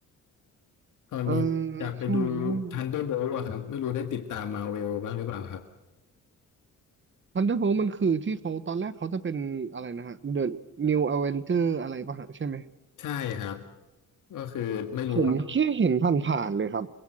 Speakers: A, on the left; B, on the right.
A: ตอนนี้อยากไปดู
B: เออช่วงนี้มัน
A: Thunderbolt อะครับไม่รู้ได้ติดตามมาเวลบ้างหรือเปล่าครับ
B: Thunderbolt มันคือที่เขาตอนแรกเขาจะเป็นอะไรนะฮะ The New Avenger อะไรป่ะฮะใช่ไหม
A: ใช่ครับก็คือไม่รู้ว่า
B: ผมแค่เห็นผ่านๆเลยครับ